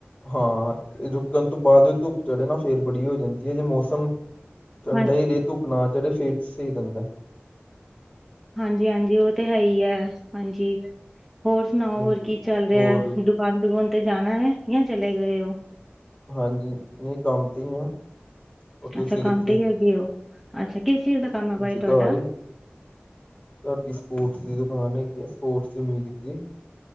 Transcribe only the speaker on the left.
ਹਾਂ ਰੁਕਣ ਤੋ ਬਾਦ ਜੋ ਧੁੱਪ ਚੜੇ ਨਾ ਫੇਰ ਬੜੀ ਹੋ ਜਾਂਦੀ ਹੈ ਜੇ ਮੌਸਮ ਠੰਡਾ
ਹੀ ਰੇ ਧੁੱਪ ਨਾ ਚੜੇ ਫਿਰ ਸਹੀ ਰਹਿੰਦਾ।
ਬਿਲਕੁਲ
ਹੋਰ
ਹਾਂਜੀ ਨੀ ਕੰਮ ਤੇ ਹੀ ਆ। ਔਰ ਤੁਸੀਂ
ਕਿੱਥੇ?
ਜੀ
ਘਰ ਈ। ਤੁਹਾਡੀ ਸਪੋਰਟਸ ਦੀ ਦੁਕਾਨ ਹੈਗੀ ਆ ਸਪੋਰਟਸ ਤੇ ਮਿਊਜਿਕ ਦੀ।